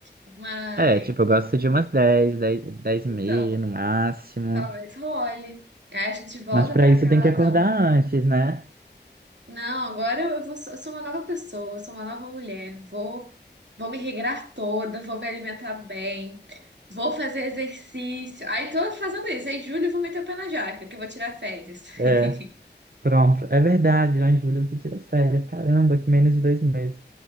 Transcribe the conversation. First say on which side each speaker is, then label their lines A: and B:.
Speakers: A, on the right (about 75°); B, on the right (about 55°).
A: mas...
B: é, tipo, eu gosto de umas dez, dez, dez
A: Então,
B: e meia no máximo.
A: talvez role. Aí a gente volta
B: Mas pra
A: pra
B: isso
A: casa,
B: tem que acordar antes, né?
A: Não, agora eu vou- eu sou uma nova pessoa, eu sou uma nova mulher. Vou, vou me regrar toda, vou me alimentar bem, vou fazer exercício. Aí tô fazendo isso. Aí, julho, eu vou meter o pé na jaca, que eu vou tirar férias.
B: É,
A: <laughs>
B: pronto. É verdade, já em julho você tira férias. Caramba, que menos de dois meses.